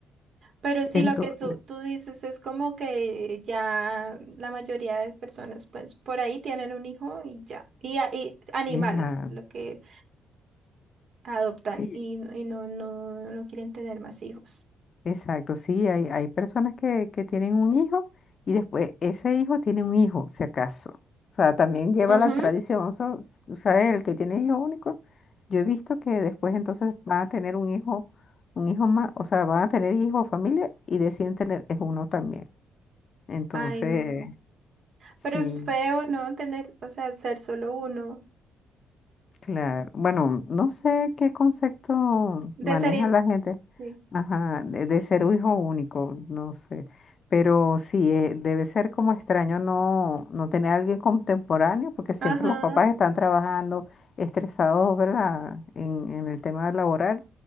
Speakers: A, on the right; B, on the left.
A: Pero sí,
B: Entonces,
A: lo que tú, tú dices es como que ya la mayoría de personas, pues, por ahí tienen un hijo y ya. Y, a- y animales
B: hija,
A: es lo que adoptan
B: Sí.
A: y, no- y no, no, no quieren tener más hijos.
B: Exacto, sí, hay, hay personas que, que tienen un hijo y después ese hijo tiene un hijo, si acaso. O sea, también lleva
A: Ujú.
B: la tradición, so- ¿sabes? El que tiene hijo único, yo he visto que después entonces van a tener un hijo, un hijo más, o sea, van a tener hijo o familia y deciden tener es uno también. Entonces,
A: Ay, no.
B: sí.
A: Pero es feo, ¿no? Tener, o sea, ser solo uno.
B: Claro, bueno, no sé qué concepto
A: De
B: maneja
A: ser... in-
B: la gente,
A: Sí.
B: ajá, de, de ser un hijo único, no sé, pero sí, eh, debe ser como extraño no, no tener a alguien contemporáneo, porque siempre
A: Ajá.
B: los papás están trabajando estresados, ¿verdad? En, en el tema laboral,